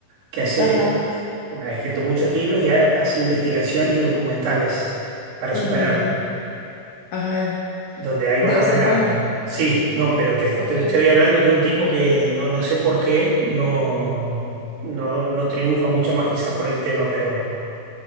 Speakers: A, on the right; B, on the left.
A: que hace
B: Ajá.
A: ha escrito muchos libros y ha- hace investigaciones y documentales para
B: ujú,
A: su canal,
B: Ajá.
A: donde ahí
B: Debe
A: vas a
B: ser
A: ver
B: bueno.
A: a... Sí, no, pero te,
B: Ok.
A: te estoy hablando que un tipo que no, no sé por qué no, no, no triunfa mucho más quizá por el tema, pero